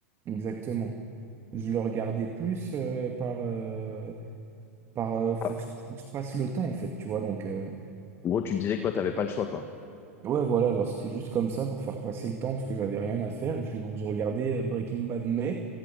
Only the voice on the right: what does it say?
Exactement. Je le regardais plus euh, par... euh, par euh, faut
que, je faut que je passe le temps, en fait, tu vois, donc... euh,
Ouais, voilà, genre c'était juste comme ça pour faire passer le temps parce que j'avais rien à faire. Et puis donc je regardais euh, Breaking Bad, mais